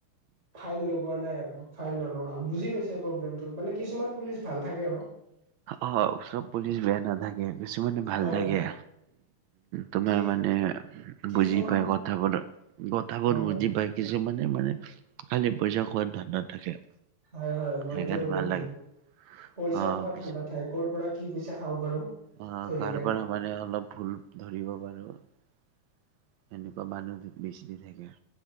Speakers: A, on the right; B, on the right.
A: ফাইন লগোৱা নাই আৰু। ফাইন নলগাল বুজি পাইছে প্ৰব্লেমোক মানে কিছুমান পুলিচ ভাল থাকে অ'।
B: অ', চব পুলিচ বেয়া নাথাকে। বেছুমানে ভাল
A: হয়
B: লাগে
A: হয়
B: তোমাৰ
A: কি
B: মানে
A: কিছুমান
B: বুজি পাই ক কোৰ কথাবোৰ
A: হয় হয়
B: বুজি পায় কিছুমানে মানে খালী পইচা খোৱাত ধান্দা থাকে।
A: হয় হয় মই
B: সেইকাৰণে
A: এইটোৱে কব
B: ভাল
A: খুজো
B: লাগে,
A: পইচা
B: অ',
A: খোৱা
B: পিছে
A: ধাণ্ডা ঠাই কৰৰ পৰা কি পইচা খাব পাৰো।
B: অ',
A: ধৰি
B: কাৰ
A: কেনে
B: পৰা মানে অলপ ভুল ধৰিব পাৰোঁ সেনেকুৱা মানুহ বিচৰি থাকে।